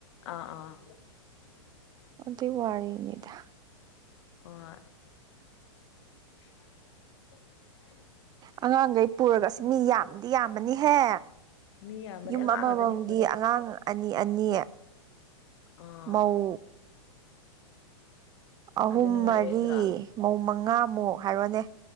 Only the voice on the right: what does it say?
ꯑꯗꯨꯏ ꯋꯥꯔꯅꯤꯗ
ꯑꯉꯥꯡꯈꯩ ꯄꯨꯔꯒ ꯑꯁ ꯃꯤ ꯌꯥꯝꯗꯤ ꯌꯥꯝꯕꯅꯤꯍꯦ
ꯌꯨꯝ
ꯑꯃꯃꯝꯒꯤ
ꯑꯉꯥꯡ ꯑꯅꯤ ꯑꯅꯤ
ꯃꯧ ꯑꯍꯨꯝ
ꯃꯔꯤ ꯃꯧ ꯃꯉꯥꯃꯨꯛ ꯍꯥꯏꯔꯣꯅꯦ